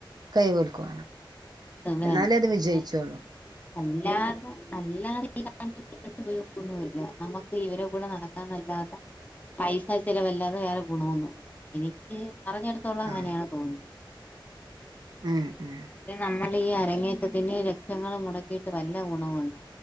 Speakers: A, on the right (about 50°); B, on the left (about 20°).
A: കഴിവോൽക്കുവാണം ഇന്നാലെ
B: വേണം
A: അത് വിജയിച്ചൊള്ളു
B: എന്നാൽ അല്ലാതെ. അല്ലാതെ ഈ പറയുന്ന പോലെ ഉപയോഗൊന്നുല്ല നമുക്കിവരെ കൂടെ നടക്കാന്നല്ലാതെ. പൈസ ചെലവല്ലാതെ വേറെ ഗുണമൊന്നുമില്ല എനിക്ക് അറിഞ്ഞട്ത്തോളാം അങ്ങനെയാണ്
A: ആഹ്
B: തോന്ന്ണ്.
A: ഉം ഉം
B: പിന്നെ നമ്മള് ഈ അരങ്ങേറ്റത്തിന് ലക്ഷങ്ങൾ മൊടക്കിയിട്ട് വല്ല ഗുണവുണ്ടോ?